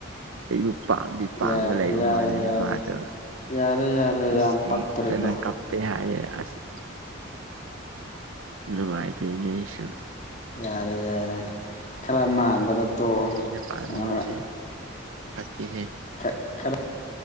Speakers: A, on the right; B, on the left.
A: ꯑꯩꯕꯨ ꯄꯥꯝꯗꯤ ꯄꯥꯝꯃꯒ
B: ꯌꯥꯔꯦ
A: ꯂꯩꯕ
B: ꯌꯥꯔꯦ
A: ꯃꯥꯜꯂꯦ
B: ꯌꯥꯔꯦ
A: ꯃꯥꯗꫭ
B: ꯌꯥꯔꯦ ꯌꯥꯔꯦ
A: ꯑꯁ
B: ꯌꯥꯝ ꯄꯛꯇ꯭ꯔꯦꯀꯣ
A: ꯑꯗꯨꯅ ꯀꯞꯄꯦ ꯍꯥꯏꯌꯦ ꯑꯁ ꯃꯥꯏꯗ ꯏ
B: ꯌꯥꯔꯦ ꯌꯥꯔꯦ ꯈꯔ ꯃꯥꯟꯕꯗ ꯇꯣꯛꯑꯣ
A: ꯄꯤꯅ ꯄꯥꯝꯕꯤꯕꯁꯦ ꯐꯠꯇꯦꯍꯦ
B: ꯈ ꯈꯔ